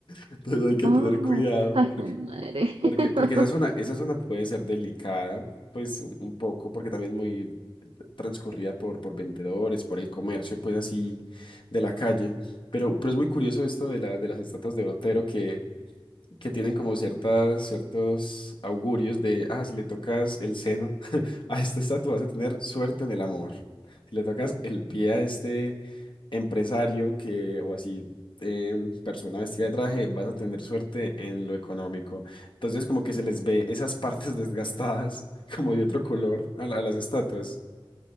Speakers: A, on the left; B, on the right.
A: Entonces hay que
B: Oh,
A: tener cuidado
B: ay,
A: Porque,
B: güey, madre. <laughs>
A: porque esa zona, esa zona puede ser delicada, pues un, un poco, porque también es muy transcurrida por, por vendedores, por el comercio, pues así de la calle. Pero, pero es muy curioso esto de la, de las estatuas de Botero, que que tienen como ciertas, ciertos augurios de, ah, si le tocas el seno <laughs> a esta estatua vas a tener suerte en el amor. Si le tocas el pie a este empresario que, o así, em, persona vestida de traje, vas a tener suerte en lo económico. Entonces como que se les ve esas partes <laughs> desgastadas como de otro color a, la- a las estatuas.